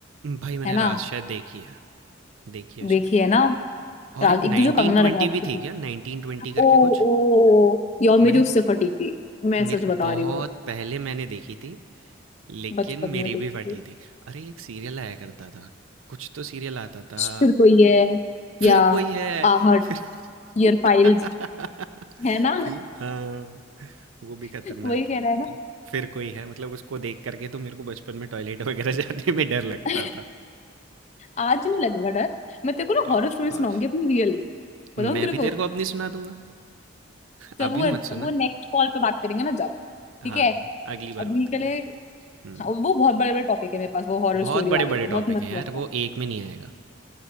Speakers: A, on the right; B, on the left.
A: भाई मैंने
B: है ना
A: रात शायद देखी है, देखी है शायद
B: देखी है ना
A: और
B: राज
A: एक 1920
B: एक तो जो कंगना रनौत
A: भी
B: की
A: थी
B: थी
A: क्या? 1920 करके
B: ओ
A: कुछ?
B: ओ यो मेरी
A: मैंने
B: उससे फटी थी मैं सच
A: मेर
B: बता
A: बहुत
B: रही हूँ
A: पहले मैंने देखी थी, लेकिन
B: बचपन
A: मेरी
B: में देखी
A: भी फटी
B: थी
A: थी। अरे एक सीरियल आया करता था, कुछ तो सीरियल आता था
B: फिर कोई है
A: फिर
B: या
A: कोई है
B: आहट
A: फिर
B: ईयर
A: <laughs>
B: फाइल्स है ना
A: फिर हाँ, वो
B: <laughs>
A: भी खतरनाक
B: वही कह रहा है ना
A: था। फिर कोई है मतलब उसको देख करके तो मेरे को बचपन में टॉयलेट वगैरह जाने में डर लगता
B: <laughs>
A: था
B: आज नहीं लगेगा डर मैं तेरे को ना हॉरर
A: ऑफ
B: स्टोरी
A: कोर्स
B: सुनाऊंगी अपनी रियल
A: मैं
B: बताऊँ तेरे
A: भी
B: को
A: तेरे को अपनी सुना दूंगा
B: जब
A: अभी
B: वो
A: मत सुना
B: वो नेक्स्ट कॉल पे बात करेंगे ना जब
A: हाँ
B: ठीक है
A: हाँ अगली बार
B: अभी
A: बात करें
B: के लिए
A: हम्म
B: हाँ, वो बहुत बड़े बड़े टॉपिक है मेरे पास वो हॉरर
A: बहुत
B: स्टोरी
A: बड़े
B: वाले
A: बड़े
B: तो
A: टॉपिक
B: बहुत मस्त
A: हैं यार
B: मस्त
A: वो
B: है
A: एक में नहीं आएगा